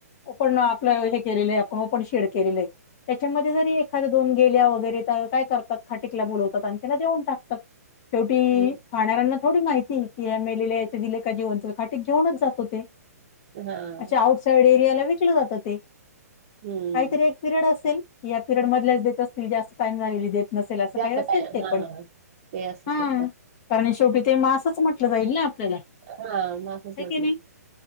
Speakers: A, on the left; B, on the right.
A: ओपन आपलं हे केलेलं ओपन शेड केलेले आय. त्याच्यामध्ये जरी एखाद्या दोन गेल्या वगैरे तर काय करतात खटिकला बोलवतात आणि त्याला देऊन टाकतात. शेवटी
B: हां,
A: खाणाऱ्यांना थोडी माहिती कि या मेलेल्या याच्या दिले का जीवंत. खटिक घेऊनच जातो ते
B: हां.
A: अशे आउटसाइड एरियाला विकलं जातं ते.
B: हं.
A: कायतरी एक पिरियड असेल या पिरियड मधल्याच देत असतील जास्त टाइम झालेली देत नसेल असं
B: जास्त
A: काय असेल ते
B: हां,
A: पण.
B: ते असू
A: हा
B: शकत.
A: कारण शेवटी ते मासच म्हटलं जाईल ना आपल्याला
B: हां, मग असंच
A: हो
B: म्हटलं.
A: का नाई.